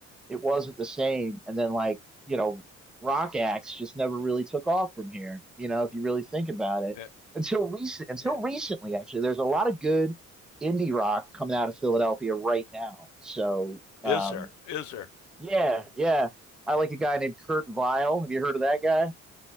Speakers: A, in the centre; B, on the left.
A: it wasn't the same. And then like, you know, rock acts just never really took off from here, you know, if you really think about it.
B: Yeah.
A: Until recent until
B: yeah.
A: recently, actually, there's a lot of good indie rock coming out of Philadelphia right now. So
B: Is
A: um
B: there? Is there?
A: yeah, yeah. I like a guy named Kurt Vile. Have you heard of that guy?